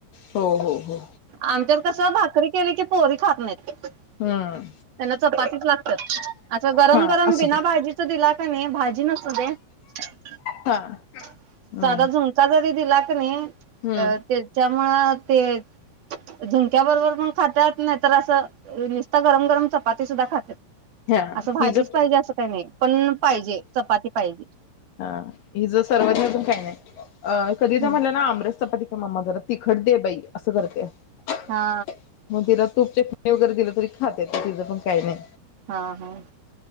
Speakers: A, on the left (about 70°); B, on the right (about 60°).
A: हो हो हो
B: आमच्यात कस भाक भाकरी केले की पोरी खात नाहीत त्यांना
A: हम्म
B: चपातीच लागतात आता गरम
A: हा
B: गरम
A: असू
B: बिना
A: दे
B: भाजीच दिल कनीभाजी <unintelligible>
A: हा हम्म
B: साधा झुणका जरी दिला <unintelligible>
A: हम्म
B: अ त्याच्या त्यामुळं ते झुणक्या बरोबर पण खातात नाही तर असं नुसता गरम गरम चपाती सुद्धा खातात
A: हा
B: असं भाजीच
A: हिज
B: पाहिजे असं काही नाही पण पाहिजे चपाती पाहिजे
A: हा हिज सर्वज्ञ अजून काय नाही अ सगळी जण
B: हम्म
A: तर म्हणले ना आमरस चपाती मम्मा जरा तिखट दे बाई असं करते
B: हा
A: <inaudible> मग तिला तूप <unintelligible> दिलं तरी खातेे तिचं पण काही नाही
B: हा हा